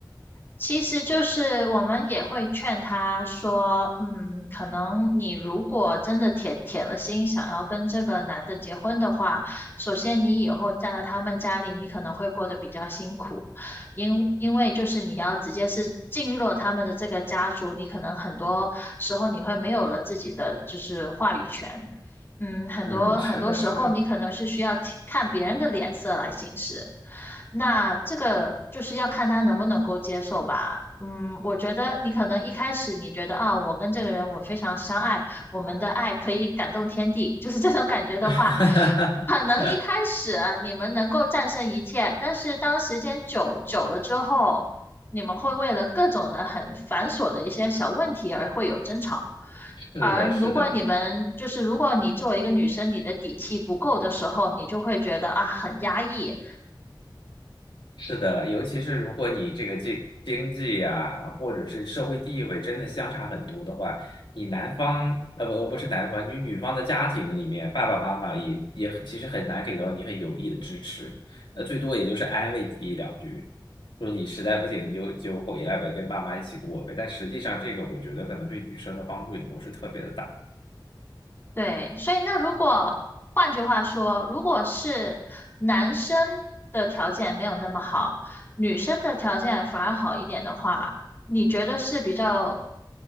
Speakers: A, on the left (about 30°); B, on the left (about 80°).
A: 其实就是我们也会劝他说，嗯，可能你如果真的铁铁了心想要跟这个男的结婚的话，首先你以后嫁到他们家里，你可能会过得比较辛苦，因因为就是你要直接是进入了他们的这个家族，你可能很多时候你会没有了自己的就是话语权，嗯，很多很多时候你可能是需要提看别人的脸色来行事，
B: 嗯，是的，是的，
A: 那这个就是要看他能不能够接受吧。嗯，我觉得你可能一开始你觉得啊，我跟这个人我非常相爱，我们的爱可以感动天地，就是这种感觉的话，
B: <laughs>
A: 可能一开始你们能够战胜一切，但是当时间久久了之后，你们会为了各种的很繁琐的一些小问题而会有争吵。
B: 是的，
A: 而如果你们就是如果你作为一个女生，
B: 是的，
A: 你的底气不够的时候，你就会觉得啊很压抑。
B: 是的，尤其是如果你这个经经济呀、或者是社会地位真的相差很多的话，你男方呃不不是男方，你女方的家庭里面，爸爸妈妈也也其实很难给到你很有力的支持，呃，最多也就是安慰你一两句，说你实在不行你就就回来呗，跟爸妈一起过呗。但实际上，这个我觉得可能对女生的帮助也不是特别的大。
A: 对，所以那如果换句话说，如果是男生的条件没有那么好，女生的条件反而好一点的话，你觉得是比较